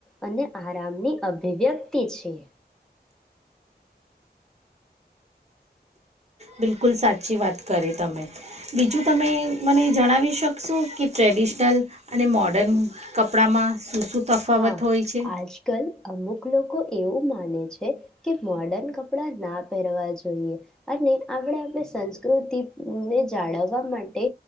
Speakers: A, in the centre; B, on the right (about 40°).
A: અને આરામની અભિવ્યક્તિ છે.
B: બિલકુલ સાચી વાત કરી તમે બીજું તમે મને જણાવી શકશો કે ટ્રેડિશનલ અને મોર્ડન કપડામાં શું શું તફાવત
A: હા
B: હોય છે
A: આજ કલ અમુક. લોકો એવું. માને છે કે મોડર્ન કપ પડા ના પહેરવા જોઈએ અને આપણે આપણે સંસ્કૃતિને જાળવવા માટે